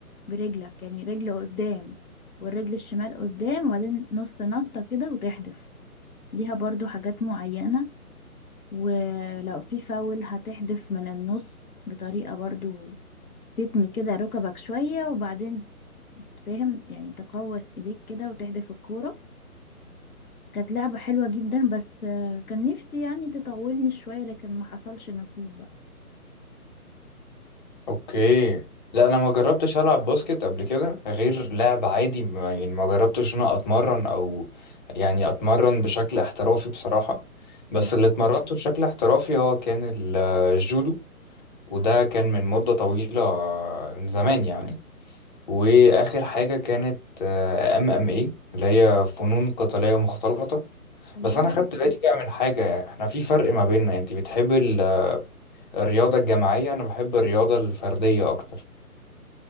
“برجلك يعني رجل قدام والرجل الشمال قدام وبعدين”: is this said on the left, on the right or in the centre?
Left